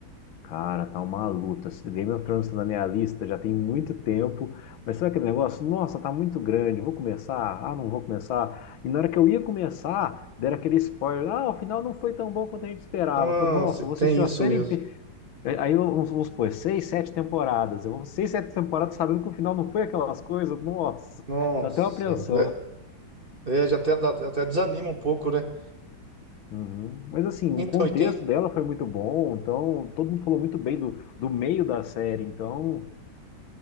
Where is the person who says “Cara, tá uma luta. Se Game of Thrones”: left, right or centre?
Left